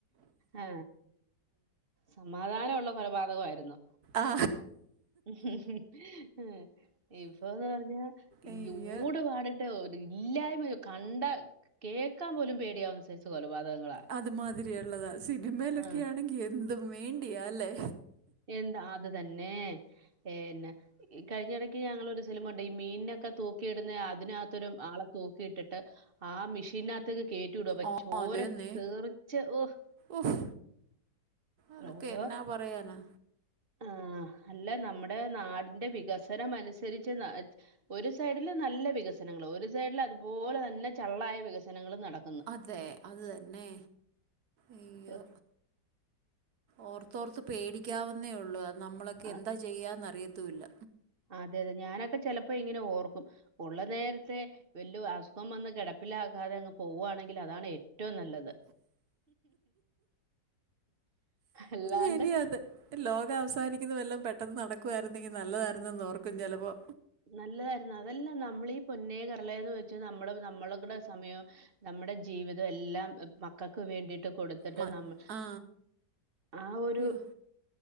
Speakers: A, on the right; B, on the right.
A: ആ സമാധാനം ഉള്ള കൊലപാതകവായ്രുന്നു.
B: ആ.
A: <unintelligible> ഇപ്പൊന്ന് പറഞ്ഞാ
B: അയ്യ!
A: യൂ- പാടിട്ട് ഇല്ലായ്മ കണ്ട കേൾക്കാൻ പോലും പേടിയാവുന്ന സൈസ് കൊലപാതകങ്ങളാ
B: അതുമാതിരിയള്ളതാ സിനിമയിലൊക്കെ
A: ആ,
B: ആണെങ്കിൽ എന്തും വേണ്ടിയാല്ലേ
A: എന്താ അത് തന്നേ <unintelligible> ഈ കഴിഞ്ഞടക്ക് ഞങ്ങളൊരു സില്മ കണ്ട് ഈ മീൻനക്ക തൂക്കിയിടുന്ന അതിനകത്തൊരു ആളെ തൂക്കിയിട്ടിട്ട് ആ മിഷീനകത്തേക്ക് കേറ്റ്- <unintelligible>
B: ആ
A: ചോര
B: അതന്നെ.
A: തെറിച്ച് ഓഹ്
B: ഉഫ്! അതൊക്കെ
A: ഓരോ
B: എന്നാ പറയാനാ
A: ആഹ് അല്ല നമ്മടെ നാടിന്റെ വികസനം അനുസരിച്ച് ന- ഒരു സൈഡില് നല്ല വികസനങ്ങള്, ഒരു സൈഡില് അതുപോലെ തന്നെ ചള്ളായ വികസനങ്ങളും നടക്ക്ന്ന്
B: അതേ അതു തന്നെ. അയ്യോ!
A: ഒഹ്
B: ഓർത്തോർത്ത് പേടിക്കാവുന്നേ ഒള്ള്. അത് നമ്മളൊക്കെ
A: ആഹ്
B: ന്താ ചെയ്യാന്ന്റിയത്തൂല്ല.
A: അതെ അതെ ഞാനൊക്ക ചെലപ്പോ ഇങ്ങനെ ഓർക്കും. ഉള്ള നേര്ത്തെ വല്ലോം അസുഖം വന്ന് കിടപ്പിലകാതെ അങ്ങ് പോവുവാണെങ്കില് അതാണ് ഏറ്റ- റ്റവും നല്ലത് അല്ലാണ്ട്
B: ശരിയാ അത് ലോക വസാനിക്കുന്ന വല്ലോം പെട്ട- ട്ടന്ന് നടക്കുവായിര്ന്നെങ്കി നല്ലതാര്ന്നെന്നോർക്കും ചെലപ്പോ.
A: നല്ലതാര്ന്ന്, അതല്ല നമ്മളീ പൊന്നേ കർളേയന്ന് വെച്ച് നമ്മള് നമ്മള്കടെ സമയോം നമ്മടെ ജീവിതം എല്ലാം മക്കക്ക് വേണ്ടീട്ട് കൊടുത്ത്- ത്തിട്ട്
B: മ
A: നമ്മ
B: ആ.
A: ആ ഒരു
B: യ്യോ!